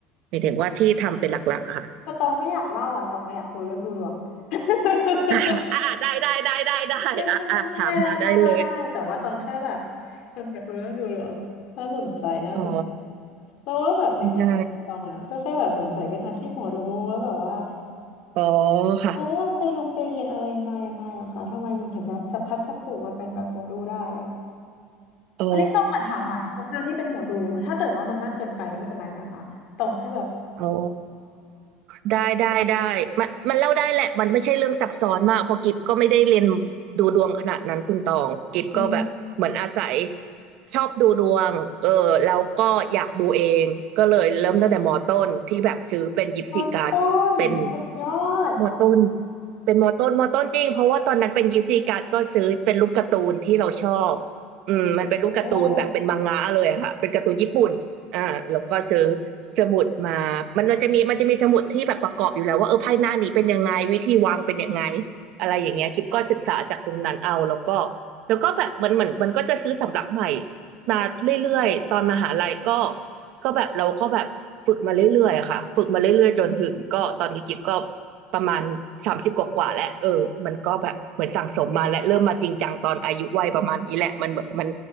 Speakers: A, on the right (about 60°); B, on the left (about 55°).
A: หมายถึงว่าที่ทำเป็นหลักๆอะค่ะ
B: แต่ตองไม่อยากเล่าอ่ะตองอยากรู้เรื่องดูดวง <laughs>
A: อ่าอ่าได้ได้ได้ได้ได้อ่าอ่าถามมาได้เลย
B: ไม่ไม่ไม่ไม่ไม่เล่าได้เล่าได้แต่ว่าตองแค่แบบตองอยากรู้เรื่องดูดวงน่าสนใจน่าสน
A: อ๋อ
B: แล้วว่าแบบจริงๆอะตองอ่ะก็แค่แบบสงสัยเรื่องอาชีพหมอดูว่าแบบว่า
A: ได้อ๋อค่ะ
B: เออไปลงไปเรียนอะไรมายังไงอะคะทำไมมันถึงแบบจับพลัดจับผลูมาเป็นแบบหมอดูได้อ่ะ
A: อ๋อ
B: อันนี้ต้องมาถามหมายคนหนานที่เป็นหมอดูถ้าเกิดว่ามันมากเกินไปก็ไม่เป็นไรนะคะตองแค่แบบ
A: อ๋อได้ได้ได้มันมันเล่าได้แหละมันไม่ใช่เรื่องซับซ้อนมากเพราะกิฟก็ไม่ได้เรียนดูดวงขนาดนั้นคุณตองกิฟก็แบบเหมือนอาศัย
B: <laughs> อืม
A: ชอบดูดวงเออแล้วก็อยากดูเองก็เลยเริ่มตั้งแต่มอต้นที่แบบซื้อเป็นยิปซีการ์ดเป็น
B: พอต้นสุดยอด
A: มอต้นเป็นมอต้นมอต้นจริงเพราะว่าตอนนั้นเป็นยิปซีการ์ดก็ซื้อเป็นรูปการ์ตูนที่เราชอบอืมมันเป็นรูปการ์ตูนแบบเป็นมังงะเลยอะค่ะเป็นการ์ตูนญี่ปุ่นอ่าแล้วก็ซื้อ
B: โอ้
A: สมุดมามันมันจะมีมันจะมีสมุดที่แบบประกอบอยู่แล้วว่าเออไพ่หน้านี้เป็นยังไงวิธีวางเป็นยังไงอะไรอย่างเงี้ยกิฟก็ศึกษาจากตรงนั้นเอาแล้วก็แล้วก็แบบมันเหมือนมันก็จะซื้อสำรับใหม่มาเรื่อยๆตอนมหาลัยก็ก็แบบเราก็แบบฝึกมาเรื่อยๆอะค่ะฝึกมาเรื่อยๆจนถึงก็ตอนนี้กิฟก็ ประมาณสามสิบกว่าๆแล้วเออมันก็แบบเหมือนสั่งสมมาและเริ่มมาจริงจังตอนอายุวัยประมาณนี้แหละมันเหมือนมัน